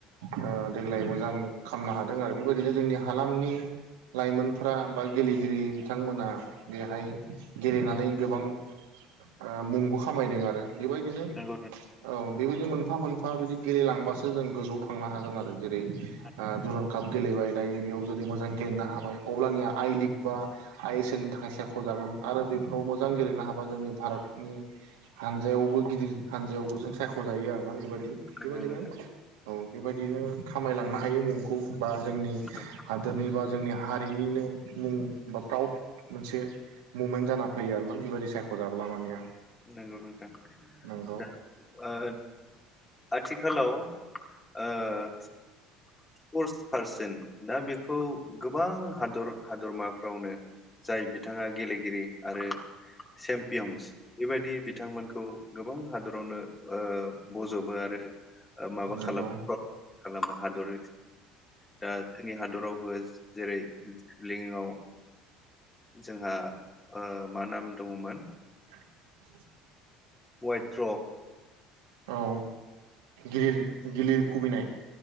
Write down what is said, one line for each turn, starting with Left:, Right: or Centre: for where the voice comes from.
Right: ओ देग्लाय मोजां खामनो हादों आरो बेबायदिनो जोंनि हालामनि लाइमोनफ्रा बा गेलेगिरि बिथांमोना बेहाय गेलेनानै गोबां ओ मुंबो खामायदों आरो बेबायदिनो
Left: नंगौ
Right: औ बेबायदि मोनफा मोनफा बिदि गेलेलांबासो जों गोजौआव थांनो हागोन आरो जेरै
Left: नोंथां
Right: ओ दुरन काप गेलेबाय दायो बेयाव जुदि मोजां गेलेनो हाबाय अब्लानिया आइ लिग बा आइ एस एल नि थाखाय सायख'जागोन आरो बेफोराव मोजां गेलेनो हाबा जोंनि भारतनि हानजायावबो गिदिर हानजायावबो जों सायख'जायो आरोना बेबायदि बेबायदिनो
Left: नंगौ नोंथां
Right: औ। बेबायदिनो खामायलांनो हायो मुंखौ बा जोंनि
Left: नंगौ
Right: हादोरनि बा जोंनि हारिनिनो मुं बा प्राउड मोनसे मुमेन्ट जाना फैयो आरोना बेबायदि सायख'जाब्ला मानिया
Left: नंगौ नोंथां
Right: नंगौ
Left: दा ओ आथिखालाव ओ स्पर्टस पारसन दा बेखौ गोबां हादर हादरमाफ्रावनो जाय बिथाङा गेलेगिरि आरो चेम्पियन्स बेबायदि बिथांमोनखौ गोबां हादरावनो ओ बज'बो आरो माबा
Right: नंगौ
Left: खालामो खालामो हादर दा जोंनि हादरावबो जेरैलिङआव जोंहा ओ मा नाम दङमोन
Right: <inaudible>
Left: वाइथ्र'
Right: औ गिर गिलिर खुबैनाय